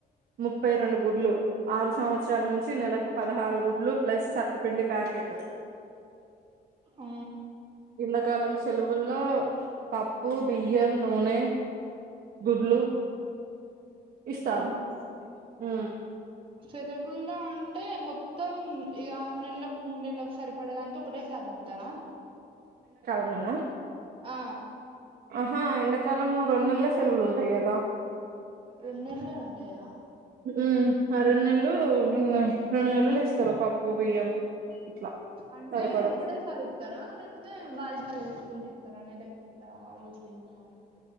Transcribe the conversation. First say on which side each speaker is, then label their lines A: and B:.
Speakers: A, on the right (about 60°); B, on the right (about 30°).
A: ముప్పై రెండు గుడ్లు ఆరు సంవత్సరాల నుంచి నెలకు పదహారు గుడ్లు ప్లస్ సత్తపిండి ప్యాకెటు. <inaudible>
B: ఉ
A: ఎండాకాలం సెలవుల్లో పప్పు బియ్యం నూనె గుడ్లు ఇస్తారు
B: ఆ
A: ఉ
B: సెలవుల్లో అంటే మొత్తం ఈ ఆరు నెల్లకు మూడు నెలలకు సరిపడే అంతో ఇప్పుడే సార్ ఇత్తారా
A: వునా
B: ఆ
A: ఆహా ఎండాకాలము రెండు నెల్లె సెలవులు ఉంటాయి కదా.
B: రెన్నేళ్లే ఉంటాయా
A: ఉ ఆ రెండు నెల్లు <unintelligible> రెండు నెలలు ఇస్తారు పప్పు బియ్యం. ఇట్లా
B: అంటే
A: సరిపడా
B: ఒకటే సారి ఇస్తారా లేకపోతే వాయిదాలు ఇస్త్ కుంటి ఇత్తార నెలకి కింత రోజ కింత అని